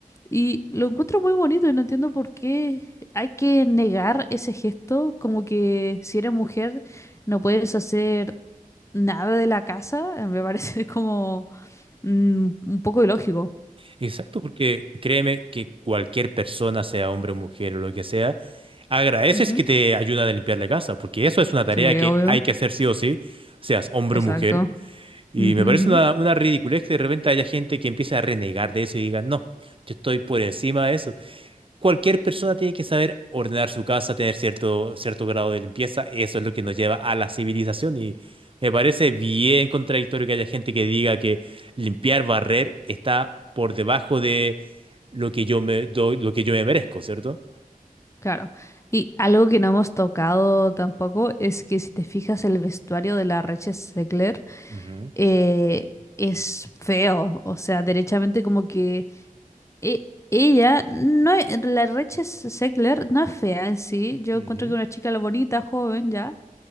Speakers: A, on the left; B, on the right.
A: y lo encuentro muy bonito y no entiendo por qué hay que negar ese gesto, como que si eres mujer no puedes hacer nada de la casa, me parece <laughs> como mm, un poco ilógico.
B: Exacto, porque créeme que cualquier persona, sea hombre o mujer o lo que sea, agradeces
A: Ujú.
B: que te ayudan a limpiar la casa, porque eso es una tarea
A: Sí,
B: que
A: obvio,
B: hay que hacer sí o sí, seas hombre
A: exacto.
B: o mujer. Y
A: Ujú,
B: me
A: ujú.
B: parece una, una ridiculez que de repente haya gente que empiece a renegar de eso y diga, no, yo estoy por encima de eso. Cualquier persona tiene que saber ordenar su casa, tener cierto, cierto grado de limpieza. Eso es lo que nos lleva a la civilización. Y me parece bien contradictorio que haya gente que diga que limpiar, barrer está por debajo de lo que yo me, do- lo que yo me merezco, ¿cierto?
A: Claro. Y algo que no hemos tocado tampoco es que si te fijas el vestuario de la Reche Zegler
B: Ujú,
A: eh, es feo, o sea, derechamente como que e- ella, no e- la Reche Zegler no es fea en sí, yo
B: ujú.
A: encuentro que una chica la bonita, joven ya,